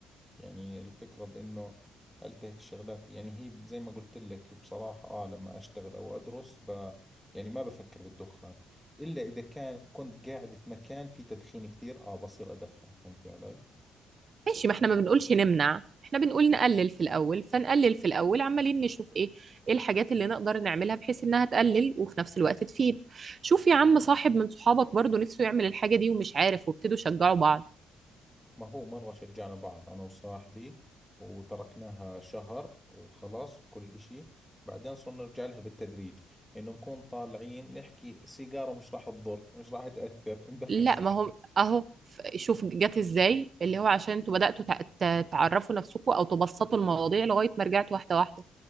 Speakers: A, in the centre; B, on the right.
A: يعني الفكرة بإنه ألتهي في الشغلات يعني هي زي ما قلت لك بصراحة آه لما أشتغل أو أدرس ب يعني ما بفكر بالدخان إلا إذا كان كنت قاعد في مكان فيه تدخين كثير آه بصير أدخن فهمتي علي؟
B: ماشي ما احنا ما بنقولش نمنع احنا بنقول نقلل في الاول فنقلل في الاول عمالين نشوف ايه ايه الحاجات اللي نقدر نعملها بحيث انها تقلل وفي نفس الوقت تفيد شوف يا عم صاحب من صحابك برضو نفسه يعمل الحاجة دي ومش عارف وابتدوا شجعوا بعض
A: ما هو مرة شجعنا بعض أنا وصاحبي وتركناها شهر وخلاص وكل إشي بعدين صرنا نرجع لها بالتدريج إنه نكون طالعين نحكي سيجارة مش راح تضر مش راح تأثر ندخن
B: لا
A: سيجارة
B: ما هو اهو ف- شوف جت ازاي اللي هو عشان انتوا بدأتوا تع- ت- تعرفوا نفسكم او تبسطوا المواضيع لغاية ما رجعتوا واحدة واحدة